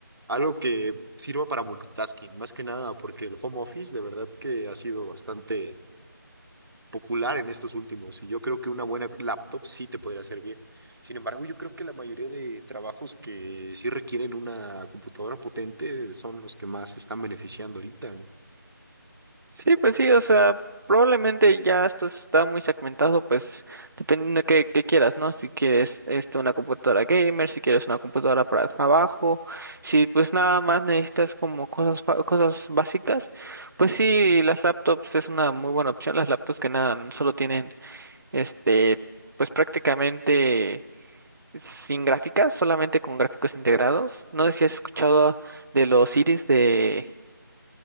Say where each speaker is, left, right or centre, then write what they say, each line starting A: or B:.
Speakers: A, on the right; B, on the right.
A: algo que sirva para multitasking, más que nada, porque el home office de verdad que ha sido bastante popular en estos últimos y yo creo que una buena laptop sí te podría servir. Sin embargo, yo creo que la mayoría de trabajos que sí requieren una computadora potente son los que más se están beneficiando ahorita, ¿no?
B: Sí, pues sí, o sea, probablemente ya esto está muy segmentado, pues dependiendo de qué, qué quieras, ¿no? Si quieres este, una computadora gamer, si quieres una computadora para trabajo, si pues nada más necesitas como cosas, fa- cosas básicas, pues sí, las laptops es una muy buena opción, las laptops que nada, solo tienen, este, pues prácticamente sin gráficas, solamente con gráficos integrados. No sé si has escuchado de los Iris de